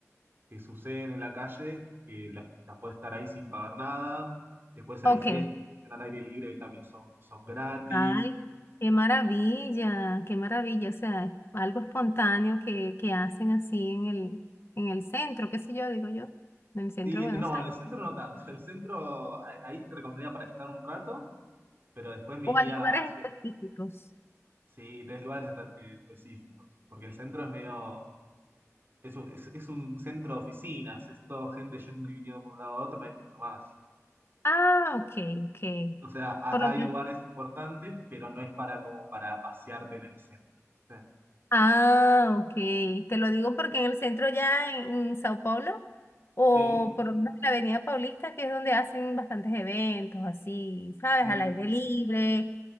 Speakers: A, on the right; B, on the left.
A: que suceden en la calle, que la- las puedes estar ahí sin pagar nada. Después hay
B: ok.
A: fiestas que se hacen al aire libre que también son, son gratis.
B: Ay, qué maravilla, qué maravilla. O sea, es algo espontáneo que, que hacen así en el, en el centro, qué sé yo, digo yo, en el centro
A: Y
B: de
A: no,
B: Buenos Aires.
A: en el centro no tanto. <laughs> El centro a- ahí te recomendaría para estar un rato, pero después me
B: O
A: iría
B: hay lugares
A: a cier-
B: específicos.
A: sí, tres lugares esta- eh, específicos. Porque el centro es medio. Es un, es, es un centro de oficinas, es todo gente yendo y viniendo por un lado a otro, no hay mucho más.
B: Ah, ok, ok.
A: O sea, ha-
B: Por lo
A: hay
B: menos.
A: lugares importantes, pero no es para como para pasearte en el centro. ¿viste?
B: Ah, ok. Te lo digo porque en el centro ya en, en Sao Paulo, o
A: Sí.
B: por lo menos en la Avenida Paulista, que es donde hacen bastantes eventos así, ¿sabes?
A: Mm.
B: Al aire libre.